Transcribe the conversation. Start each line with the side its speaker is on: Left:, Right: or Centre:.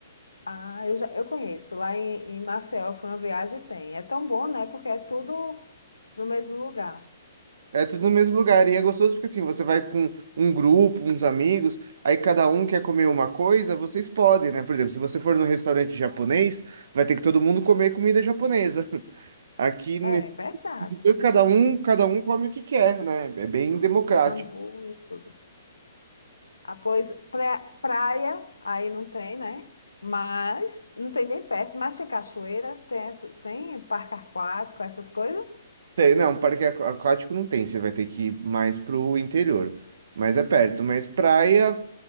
Left: Ah, eu já eu conheço. Lá em, em Maceió foi uma viagem e tem. É tão bom, né? Porque é tudo no mesmo lugar.
Right: É tudo no mesmo lugar e é gostoso porque assim, você vai com um grupo, uns amigos, aí cada um quer comer uma coisa, vocês podem, né? Por exemplo, se você for num restaurante japonês, vai ter que todo mundo comer comida japonesa. <laughs> Aqui
Left: É é verdade.
Right: E Cada um, cada um come o que quer, né? É bem democrático.
Left: Hamburgo e tudo. Ah, pois pra- praia, aí não tem, né? Mas não tem nem perto, mas tem cachoeira, tem, essa- tem parque aquático, essas coisas.
Right: Tem- Não, parque aqu- aquático não tem, você vai ter que ir mais pro interior, mas é perto. Mas praia